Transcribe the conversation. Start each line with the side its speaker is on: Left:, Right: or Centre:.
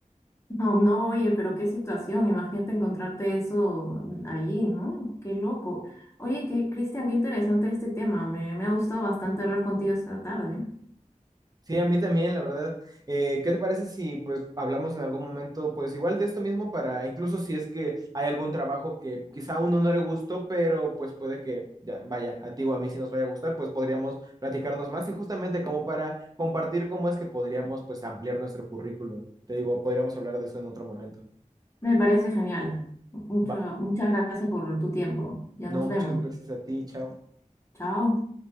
Left: No, no, oye, pero qué situación. Imagínate encontrarte eso allí, ¿no? Qué loco. Oye, qué, Cristian, qué interesante este tema. Me, me ha gustado bastante hablar contigo esta tarde. ¿eh?
Right: Sí, a mí también, la verdad. Eh, ¿qué te parece si pues hablamos en algún momento pues igual de esto mismo para incluso si es que hay algún trabajo que quizá a uno no le gustó, pero pues puede que ya vaya, a ti o a mí si nos vaya a gustar, pues podríamos platicarnos más y justamente como para compartir cómo es que podríamos pues ampliar nuestro currículum. Te digo, podríamos hablar de eso en otro momento.
Left: Me parece genial. Mucha-
Right: Va.
Left: muchas gracias por tu tiempo. Ya
Right: No,
Left: nos
Right: muchas
Left: vemos.
Right: gracias a ti, chao.
Left: Chao.